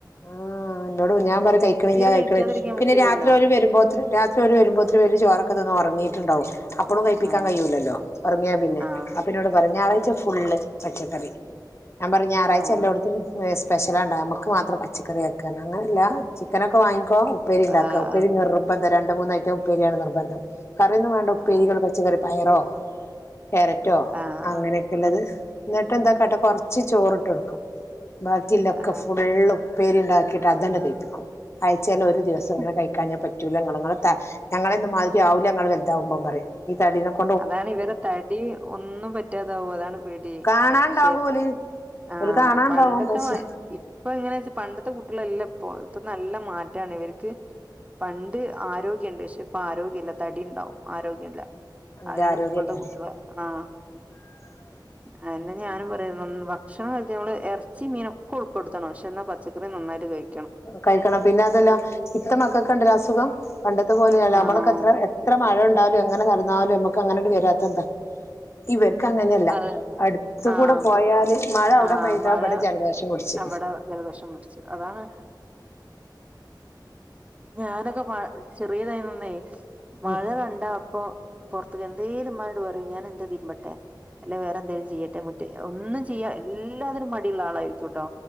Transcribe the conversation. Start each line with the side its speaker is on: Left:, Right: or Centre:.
Left: ആഹ് എന്നോട് ഞാൻ പറിം കഴിക്ക്ണില്ല കഴിക്ക്ണ്
Right: കഴിക്കാതിരിക്കാൻ
Left: പിന്നെ
Right: പറ്റൂലല്ലോ
Left: രാത്രി ഓല് വരുമ്പോത്തിന് രാത്രി ഓര് വെരുമ്പോത്തിന് ഇവര് ചോറൊക്കെ തിന്ന് ഒറങ്ങീട്ട്ണ്ടാവും അപ്പളും കഴിപ്പിക്കാൻ
Right: ആഹ്
Left: കഴിയൂല്ലല്ലോ ഒറങ്ങിയാ പിന്നെ
Right: ആഹ്
Left: അപ്പം ഇന്നോട് പറിം ഞായറാഴ്ച ഫുള്ള് പച്ചക്കറി ഞാൻ പറിം ഞായറാഴ്ച
Right: ആഹ്
Left: എല്ലോട്ത്തും വെ സ്പെഷ്യലാണ്ടാവ അമ്മക്ക് മാത്രം പച്ചക്കറിയാക്കാന്നാ അങ്ങനല്ലാ ചിക്കനൊക്കെ വാങ്ങിക്കോ ഉപ്പേരി ഇണ്ടാക്കാ
Right: ആഹ്
Left: ഉപ്പേരി നിർബന്ധാ രണ്ട് മൂന്നയിറ്റം ഉപ്പേരിയാണ് നിർബന്ധം കറിയൊന്നും വാണ്ട ഉപ്പേരികൾ
Right: ആഹ്
Left: പച്ചക്കറി പയറോ ക്യാരറ്റോ
Right: ആഹ്
Left: അങ്ങനെക്കെ
Right: ആഹ്
Left: ഇള്ളത് ഇന്നിട്ട് എന്താ കാട്ടാ കൊറച്ച് ചോറ്ട്ടൊട്ക്കും ബാക്കില്ലൊക്കെ
Right: ആഹ്
Left: ഫുള്ളും ഉപ്പേരി ഇണ്ടാക്കീട്ട് അതന്നെ കഴിപ്പിക്കും ആഴ്ചേല് ഒരു ദിവസം ഇങ്ങനെ
Right: ഉം
Left: കഴിക്കാഞ്ഞ പറ്റൂല ഇങ്ങള് ഇങ്ങളെ ത ഞങ്ങളെയൊന്നും മാതിരി ആവുല്ലാ ഇങ്ങള് വലുതാവുമ്പോ പറിം ഈ തടിനെ കൊ
Right: അതാണ് ഇവരെ തടി ഒന്നും പറ്റാതാവും അതാണ് പേടി
Left: കാണാണ്ടാവും
Right: ഷേപ്പാവും
Left: ഓല്
Right: ആഹ്
Left: ഓല് കാണാണ്ടാവും
Right: പണ്ടത്തെ
Left: പക്ഷെ
Right: മാരി ഇ ഇപ്പൊ എങ്ങന വെച്ച പണ്ടത്തെ കുട്ടികളല്ല ഇപ്പൊ ഇപ്പൊ നല്ല മാറ്റാണ് ഇവർക്ക്. പണ്ട് ആരോഗ്യം ഉണ്ട് പക്ഷെ ഇപ്പ ആരോഗ്യ ഇല്ല തടി ഉണ്ടാവും ആരോഗ്യം ഇല്ല.
Left: നല്ല
Right: അതെയാണ്
Left: ആരോഗ്യല്ലേ
Right: ഇപ്പോഴത്തെ കുട്ടികള് ആഹ്
Left: <unintelligible>
Right: അതന്നെ ഞാനും പറയാ ഭക്ഷണം കഴിക്ക നമ്മള് ഇറച്ചി മീനൊക്കെ ഉൾപ്പെടുത്തണം പക്ഷെ എന്നാ പച്ചക്കറി നന്നായിട്ട് കഴി
Left: കഴിക്കണം പിന്നെ അതല്ല ഇപ്പത്തെ മക്കക്കിണ്ടല്ലോ അസുഖം പണ്ടത്തെ പോലെയല്ല നമ്മളൊക്കെ
Right: ആഹ്
Left: എത്ര ത്ര മഴ ഇണ്ടാവലും എങ്ങനെ നടന്നാലും നമുക്ക് അങ്ങനെ വരാത്തെന്താ ഇവർക്ക് അങ്ങനെയല്ല.
Right: അതെ
Left: അടുത്ത്
Right: ആഹ്
Left: കൂടെ
Right: അപ്പം
Left: പോയാല് മഴ അവിട
Right: ആഹ്
Left: പെയ്താ
Right: മഴ
Left: ഇവിട ജലദോഷം പിടിച്ച്.
Right: അവിടെ ജലദോഷം പിടിച്ച് അതാണ്. ഞാനൊക്കെ പ ചെറിയതായിരുന്നുന്നേ മഴ
Left: ഉം
Right: കണ്ട അപ്പ പ്പോ പുറത്ത്ക്ക് എന്തേലും ഇമ്മനോട് പറയും ഞാൻ എന്റെ തിരുമ്പട്ടെ? അല്ലെ വേറെ എന്തെലും ചെയ്യട്ടെ മുറ്റേ ഒന്നും ചെയ്യ എല്ലാത്തിനും മടിയുള്ള ആളായിരിക്കുട്ടോ.